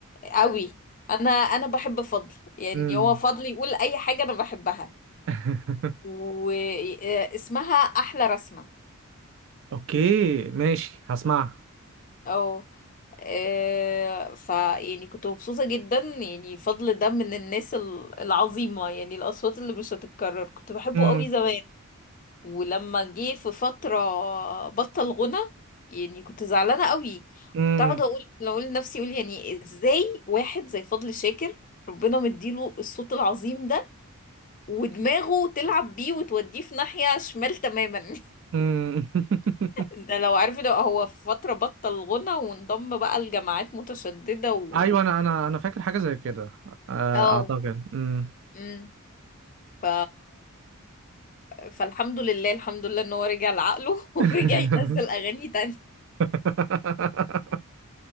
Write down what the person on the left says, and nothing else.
قوي انا انا بحب فضل يعني
هو فضل يقول اي حاجه انا بحبها
واسمها احلى رسمه
او آه، ف يعني كنت مبسوطه جدا يعني فضل ده من الناس ال- العظيمه يعني الاصوات اللي مش هتتكرر كنت بحبه
قوي زمان ولما جه في فتره بطل غنى يعني كنت زعلانه قوي
كنت اقعد اقول اقول لنفسي اقول يعني ازاي واحد زي فضل شاكر ربنا مديله الصوت العظيم ده ودماغه تلعب بيه وتوديه في ناحية شمال تماما <laughs>
ده لو عارف ده هو في فترة بطل غنى وانضم بقى لجماعات متشددة و
اه
امم ف فالحمد لله الحمد لله ان هو رجع لعقله <laughs> ورجع
ينزل اغاني تانية